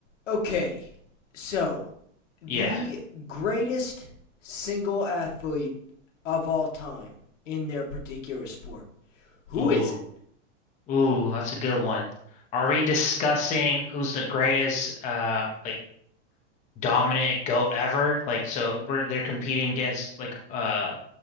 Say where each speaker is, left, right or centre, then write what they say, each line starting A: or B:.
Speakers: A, on the left (about 85°); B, on the left (about 20°).
A: Okay, so the
B: Yeah.
A: greatest single athlete of all time in their particular sport. Who
B: Ooh,
A: is it?
B: ooh, that's a good one. Are we discussing who's the greatest, uh, like dominant goat ever? Like, so we're they're competing against like, uh,